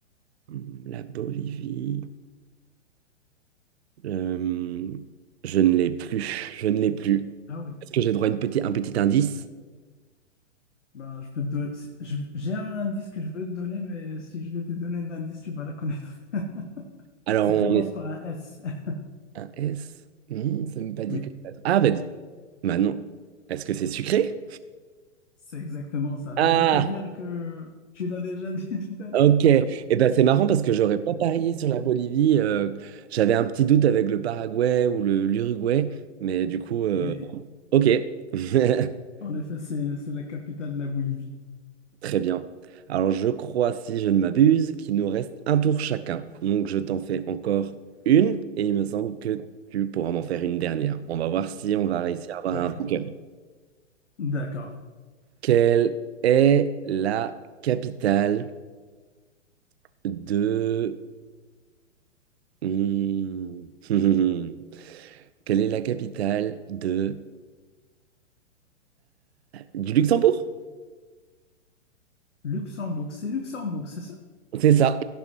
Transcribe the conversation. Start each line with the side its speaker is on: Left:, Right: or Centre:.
Right: Hmm, La Bolivie. Euh, je ne l'ai plus. Je ne l'ai plus.
Left: Ah oui.
Right: Est-ce que j'ai droit à une petit, un petit indice?
Left: Ben, je peux te don- si- je- J'ai un indice que je veux te donner, mais si je vais te donner l'indice, tu vas la connaître. <laughs>
Right: Alors,
Left: Ça commence
Right: on
Left: par un S. <laughs>
Right: Un S? Non, ça ne m'a pas dit
Left: Oui.
Right: que Ah, bah, dis- bah non. Est-ce que c'est sucré?
Left: C'est exactement ça.
Right: Ah,
Left: J'allais te dire que tu l'as déjà <laughs> dit tout à l'heure.
Right: ok. Eh ben, c'est marrant parce que j'aurais pas parié sur la Bolivie. euh, j'avais un petit doute avec le Paraguay ou le l'Uruguay, mais du coup, euh,
Left: Oui,
Right: ok. <laughs>
Left: en effet, c'est, c'est la capitale de la Bolivie.
Right: Très bien. Alors, je crois, si je ne m'abuse, qu'il nous reste un tour chacun. Donc, je t'en fais encore une et il me semble que tu pourras m'en faire une dernière. On va voir si on va réussir à avoir
Left: D'accord.
Right: un vainqueur.
Left: D'accord.
Right: Quelle est la capitale de... Hmm. <laughs> Quelle est la capitale de... du Luxembourg?
Left: Luxembourg, c'est Luxembourg, c'est ça?
Right: C'est ça.